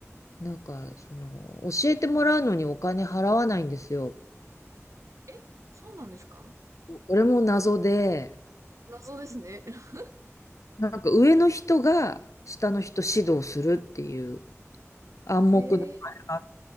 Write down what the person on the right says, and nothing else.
え、そうなんですか
謎ですね。<laughs>
へえ。